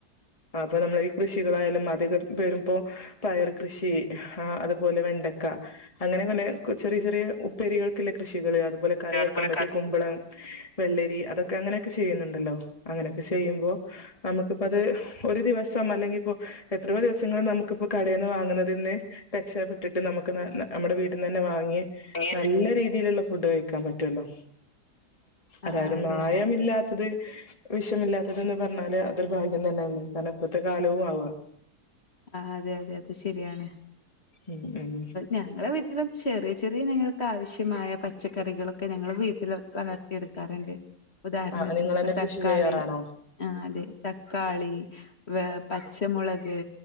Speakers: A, on the left; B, on the left.
A: അപ്പൊ നമ്മള് ഈ കൃഷികളായാലും അധികം പേരും ഇപ്പോ പയർ കൃഷി ആഹ് അതുപോലെ വെണ്ടക്ക അങ്ങനെ കൊനെ ചെറിയ ചെറിയ ഉപ്പേരികൾക്കുള്ള കൃഷികള് അതുപോലെ കറി
B: അതുപോലെ
A: വെക്കാൻ പറ്റിയ കുമ്പളം വെള്ളരി അതൊക്കെ അങ്ങനെയൊക്കെ ചെയ്യുന്നുണ്ടല്ലോ അങ്ങനെയൊക്കെ ചെയ്യുമ്പോ നമു ഇപ്പ അത് ഒരു ദിവസം അല്ലെങ്കി എത്രയോ ദിവസങ്ങൾ നമുക്കിപ്പോ കടേന്ന് വാങ്ങുന്നതിന്നെ രക്ഷപ്പെട്ടിട്ട് നമുക്ക് നമ്മടെ വീട്ടിന്ന് തന്നെ വാങ്ങിയെ
B: ആഹ്
A: നല്ല രീതിയിലുള്ള ഫുഡ് കഴിക്കാൻ പറ്റുവല്ലോ അതായത്
B: ആഹ് അതെ
A: മായമില്ലാ
B: അതെ
A: അത് വിഷമില്ലാത്തതെന്ന് പറഞ്ഞാല് അതോരു ഭാഗ്യം തന്നെയാണ്. കാരണം ഇപ്പഴത്തെ കാലവും ആവും
B: ആഹ് അതെ അതെ അത് ശരിയാണ്.
A: ഉം ഉം
B: ഞങ്ങളെ വീട്ടിലും ചെറിയ ചെറിയ ഞങ്ങൾക്ക് ആവശ്യമായ പച്ചക്കറികളൊക്കെ ഞങ്ങൾ വീട്ടില് വളർ എടുക്കാറുണ്ട് ഉദാഹരണത്തിന്
A: ആഹ് നിങ്ങളന്നെ
B: ഇപ്പ തക്കാളി
A: കൃഷി ചെയ്യാറാണോ
B: ആഹ് അതെ തക്കാളി പച്ചമുളക്